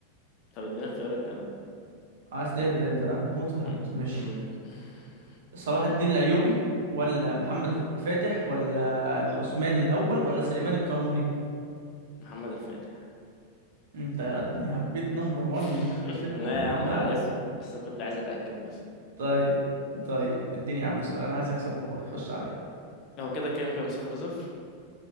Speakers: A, on the left; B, on the right.
A: طب ادينا اختيارات كده
B: عايز تهبد انت ها بتموت في الهبد
A: م-
B: ماشي
A: م- <laughs>
B: صلاح الدين الأيوبي ولا محمد الفاتح ولا العثمان الأول ولا سليمان القانوني
A: محمد الفاتح
B: انت يا ابني هبيت نمبر 1
A: <laughs>
B: يخرب بيت أم
A: لا يا عم
B: دماغك
A: عارف بس كنت عايز اتاكد بس
B: طيب طيب اديني يا عم سؤال انا عايز اكسب والله خش عليا
A: هو كده كام كام صفر صفر